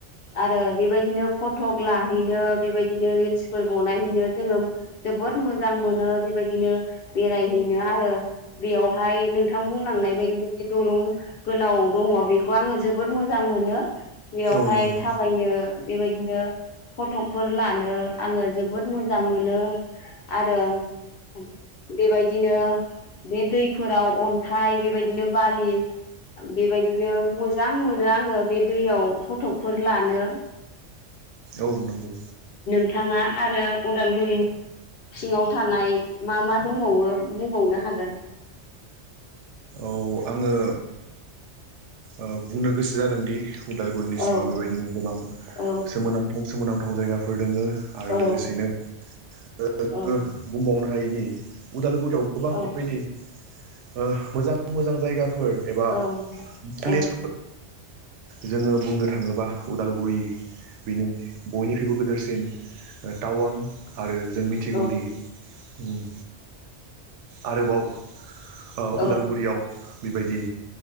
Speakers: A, on the left; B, on the right.
A: आरो बेबायदिनो फटक लाहैनो बेबायदिनो रिल्स फोर बनायहैनो जोङो जोबोद मोजां मोनो बेबायदिनो बेरायहैनो आरो बेयावहाय नोंथां बुंलांनाय बायदिनो बे दलं गोलाव दङ बेखौ आङो जोबोद मोजां मोनो बेयावहाय
B: औ नंगौ
A: थाबायनो बेबायदिनो फटकफोर लानो आङो जोबोद मोजां मोनो आरो आं बेबायदिनो बे दैफोराव अन्थाइ बेबायदिनो बालि बेबायदिनो मोजां मोनो आङो बे दैयाव फटकफोर लानो
B: औ नंगौ
A: बिथाङा आरो उदालगुरि सिङाव थानाय मा मा दंबावो बुंबावनो हागोन
B: औ आङो ओ बुंनो गोसो जादोंदि उदालगुरिनि सिङाव
A: औ
B: बेबायदिनो गोबां
A: औ
B: सोमोनांथाव सो सोमोनांथाव जायगाफोर दोङो आरो
A: औ
B: लोगोसेनो बेबादिनो
A: औ
B: बुंबावनो हायोदि उदालगुरियाव गोबां
A: औ
B: बेबायदि ओ मोजां मोजां जायगा फोर एबा
A: औ
B: प्लेस
A: औ
B: जोङो बुंनो थाङोबा उदालगुरि बिनो बयनिख्रुइबो गिदोरसिन ओटाउन आरो जों मिथिगौदि
A: औ
B: उम आरोबाव ओ
A: औ
B: उदालगुरियाव बेबायदि